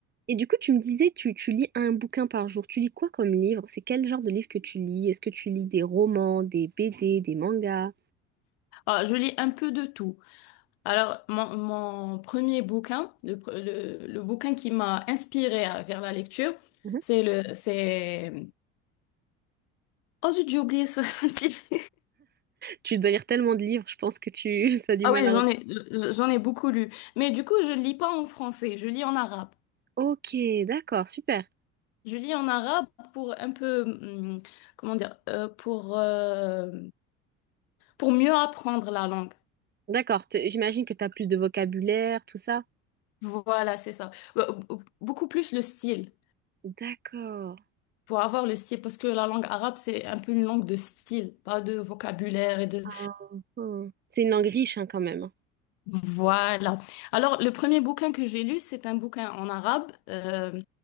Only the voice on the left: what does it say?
Ah, je lis un peu de tout. Alors, mon, mon premier bouquin, le, pr- le, le bouquin qui m'a inspiré vers la lecture,
c'est le, c'est, oh zut, j'ai oublié ce <laughs> titre.
Ah
oui,
j'en ai, j'en ai beaucoup lu. Mais du coup, je lis pas en français, je lis en arabe.
Je lis en arabe pour un peu, hum, comment dire, euh, pour, euh, pour mieux apprendre la langue.
Voilà, c'est ça. Be- be- Beaucoup plus le style,
pour avoir le style, parce que la langue arabe, c'est un peu une langue de style, pas de vocabulaire et de
Voilà. Alors, le premier bouquin que j'ai lu, c'est un bouquin en arabe. Euh,